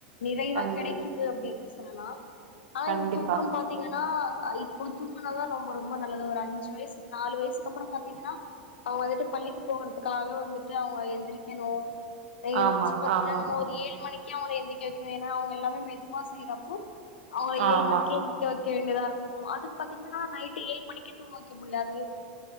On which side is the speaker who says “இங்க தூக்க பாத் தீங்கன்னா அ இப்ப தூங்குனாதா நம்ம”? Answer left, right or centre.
Left